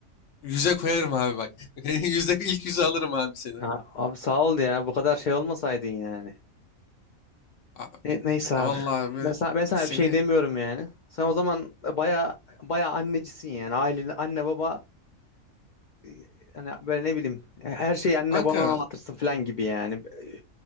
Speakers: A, on the left; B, on the left.
A: yüze koyarım abi bak. <laughs> Yüzde ilk yüze alırım abi seni.
B: Ya, abi sağ ol ya. Bu kadar şey olmasaydın yani.
A: A-
B: Ne- neyse
A: a
B: abi.
A: Vallahi abi
B: Ben sana, ben sana
A: seni
B: bir şey demiyorum yani. Sen o zaman baya baya annecisin yani. Ailenin anne baba e, hani böyle ne bileyim e, her şeyi anne
A: kanka
B: babana anlatırsın falan gibi yani. E,